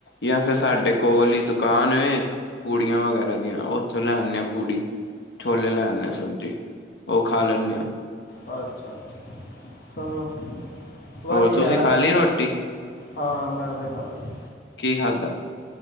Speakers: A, on the left (about 75°); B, on the left (about 55°).
A: ਜਾਂ ਫੇਰ ਸਾਡੇ ਕੋਲ ਹੀ ਦੁਕਾਨ ਐ ਏਕ ਪੂੜੀਆਂ ਵਗੈਰਾ ਦੀਆਂ, ਉੱਥੋਂ ਲੈ ਆਨੇ ਆ ਪੂੜੀ। ਛੋਲੇ ਲੈ ਲੈਨੇ ਆ ਸਬਜ਼ੀ। ਉਹ ਖਾ ਲੈਨੇ ਆ।
B: ਆਛਾ ਆਛਾ ਚਲੋ ਵਧੀਆ।
A: ਹੋਰ ਤੁਸੀਂ ਖਾ ਲਈ ਰੋਟੀ
B: ਹਾਂ ਮੈਂ ਤੇ ਖਾਲੀ ਐ।
A: ਕੀ ਖਾਦਾ?